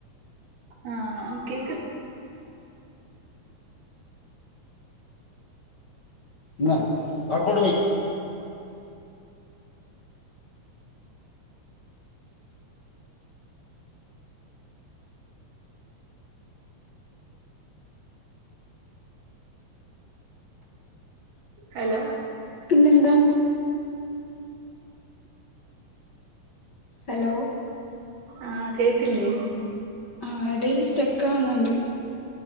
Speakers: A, on the right (about 75°); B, on the left (about 45°).
A: ആ കേക്ക്
B: ന്നാ അവൾക്ക് കൊട്ത്തേയ്
A: ഹലോ
B: ക്ക്ന്നെന്താണ് ഹലോ
A: ആ കേക്ക്ല്ലേ
B: ആ എടേല് സ്റ്റെക്കാവ്ന്ന്ണ്ട്